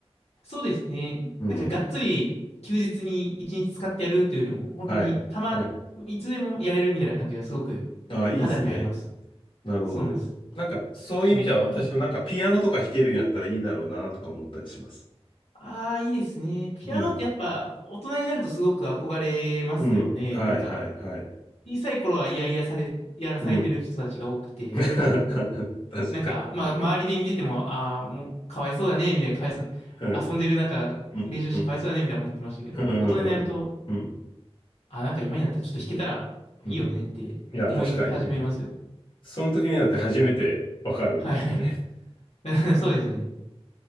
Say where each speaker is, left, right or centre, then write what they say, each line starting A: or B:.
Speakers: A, on the left; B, on the left.
A: そうですね。
B: うん、
A: なんかがっつり休日に一日使ってやるというよりも、本当にたまに、
B: はい、はい。
A: いつでもやれるみたいな感じがすごく
B: ああ、いいですね。
A: 肌に合います。
B: なるほど。
A: そうなんです。
B: なんかそういう意味じゃ私もなんかピアノとか弾けるようになったらいいだろうなとか思ったりします。
A: いい。はいああ、いいですね。ピアノってやっぱ大人になるとすごく憧れますよね。
B: うん、うん、はい、
A: なんか、
B: はい、はい。
A: 小さい頃は嫌々され、やらされてる人たちが多くて、
B: うん <laughs> 確かに。
A: なんか、まあ、周りで見てても、ああ、もうかわいそうだね、みたいな、かわいそう、
B: うん、
A: 遊んでる中、
B: うん、
A: 練習してかわいそうだね、
B: うん、
A: みたいな思ってましたけど、
B: うん、
A: 大人になると、
B: うん、うん、
A: ああ、なんか今になったらちょっと弾けたらいいよねって思い始めますよ。
B: うん。いや、確かに。うん。その時になって初めてわかるみたいなね。
A: はい。<laughs> そうですよね。